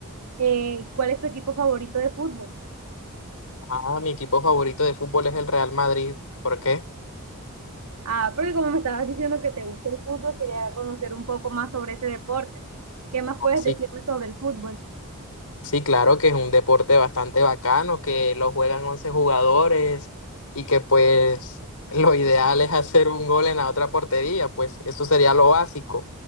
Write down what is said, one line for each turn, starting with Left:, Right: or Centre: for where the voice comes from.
Right: eh, ¿cuál es tu equipo favorito de fútbol?
Left: Ah, mi equipo favorito de fútbol es el Real Madrid. ¿Por qué?
Right: Ah, porque como me estabas diciendo que te gusta el fútbol, quería conocer un poco más sobre ese deporte. ¿Qué más
Left: Ah,
Right: puedes
Left: Sí,
Right: decirme sobre el fútbol?
Left: sí, claro que es un deporte bastante bacano, que lo juegan 11 jugadores y que pues lo ideal es hacer un gol en la otra portería, pues eso sería lo básico.